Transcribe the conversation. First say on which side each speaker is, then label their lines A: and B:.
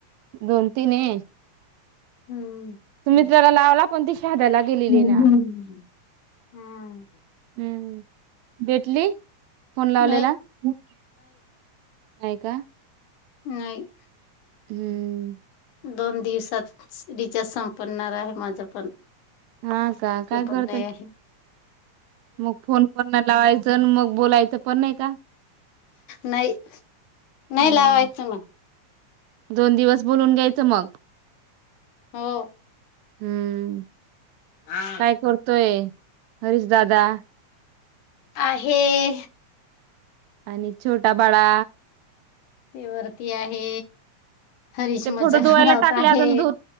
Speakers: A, on the right (about 80°); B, on the left (about 80°).
A: दोन तीन हे
B: हम्म
A: त मित्राला लावला पण ती शहाद्याला
B: हम्
A: गेलेली ना
B: ह् हम्
A: हम् भेटली फोन लावलेला
B: नाही
A: नाही का
B: नाही
A: हम्म
B: दोन दिवसात रिचार्ज संपनणार आहे माझं पण
A: हा का
B: ते
A: काय
B: पण
A: करते
B: नाही आहे
A: मग फोन पण नाही लावायचं मग बोलायचं पण नाही का
B: नाही नाही
A: हम्म
B: लावायचं मग
A: दोन दिवस बोलून घ्यायचं मग
B: हो
A: हम्म
B: हा
A: काय करतोय हरीश दादा
B: आहेहे
A: आणि छोटा बळा
B: ते वरती आहे हरीश
A: ते
B: मजाक
A: फोटो धुवायला
B: रावत
A: टाकले
B: आहे
A: अजून धू